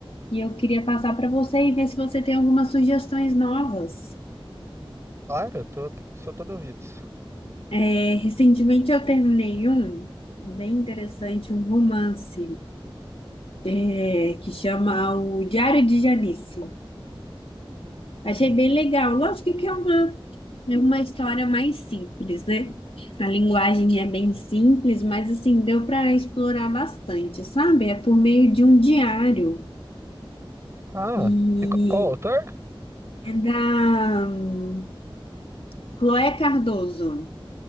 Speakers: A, on the left; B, on the right.
A: e eu queria passar para você e ver se você tem algumas sugestões novas.
B: Claro, eu tô, sou todo ouvidos.
A: É, recentemente eu terminei um bem interessante, um romance, é, que chama O Diário de Janice. Achei
B: Uhum.
A: bem legal. Lógico que é uma, é uma história mais simples, né? A linguagem é bem simples, mas assim, deu para explorar bastante, sabe? É por meio de um diário.
B: Ah,
A: E
B: e qu- qual, autor?
A: é da hum, Chloé Cardoso.